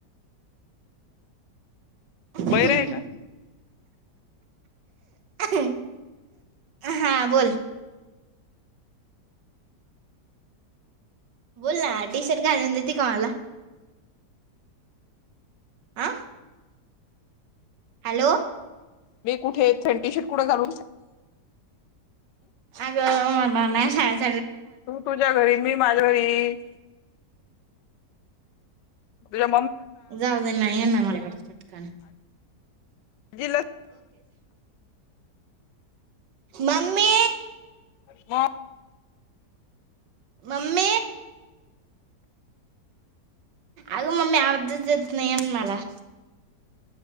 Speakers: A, on the right; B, on the left.
A: हम हम
B: बहिर आहे
A: आआआआ
B: का
A: आ. हम हा बोल. बोल ना टी शर्ट घालून देते मला. हा हॅलो.
B: मी कुठे पनटी शर्ट कुठं घालून.
A: आगं मन म <unintelligible> ह
B: तू तुझ्या घरी मी माझ्या घरी... तूझ्या...
A: जाऊ देना येना माझ्याकडे पटकन....
B: दिल...
A: मम्मे...
B: म...
A: मम्मे... अगं मम्मी आबदच येत नाही मला..